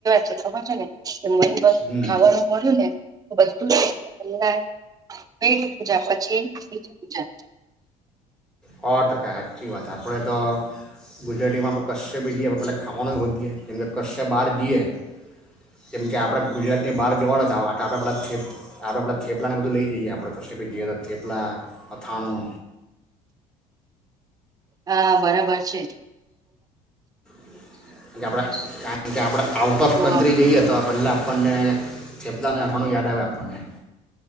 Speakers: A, on the right (about 25°); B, in the centre.
A: તો કેવા છે ખબર છે ને કે મન મન
B: હમ
A: ખાવાનું મળ્યું ને બધુંલા બેઠ પૂજા પછી બજી પૂજા
B: હો ટ ક અચછી વાત આપ આપણે તો ગુજરાતીમાં પણ કશશે બીજી પેલા ખાવાનું જ હોઠયે કેમ કે બહાર ગી ઈએ જેમ કે આપણે ગુજરાતની બહાર જવાના આપણે પલા થ આપણ પેલા થેપલાને બધું લઈ જઈએ આપણે કશે બી જઈએ તો થેપલા અથાણું
A: હા બરાબર છે
B: આપડે કારણ કે આપડે આઉટ ઓફ
A: તો
B: કન્ટ્રી જઈએ તો પહેલા આપણને <unintelligible> યાદ આવે આપણને